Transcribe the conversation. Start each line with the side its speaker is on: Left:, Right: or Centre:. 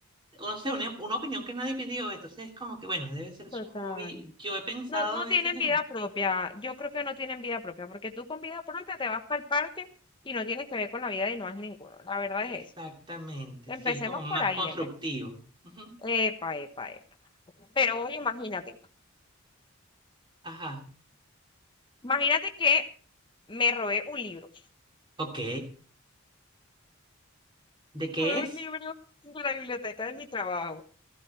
Right: no sé, una, una opinión que nadie pidió. Entonces es como que, bueno, debe ser
Left: Total.
Right: su hobby. Yo he pensado
Left: No, no
Right: a veces
Left: tienen
Right: en
Left: vida propia. Yo creo que no tienen vida propia, porque tú con vida propia te vas para el parque y no tienes que ver con la vida de no has ninguno. La verdad
Right: Exactamente,
Left: es eso. Empecemos
Right: sí, es como más
Left: por ahí,
Right: constructivo.
Left: Alejandro.
Right: Ujú.
Left: Epa, epa, epa. Pero oye, imagínate,
Right: Ajá,
Left: imagínate que me robé un libro.
Right: ok.
Left: <laughs>
Right: ¿De
Left: Me
Right: qué
Left: robé
Right: es?
Left: un libro de la biblioteca de mi trabajo.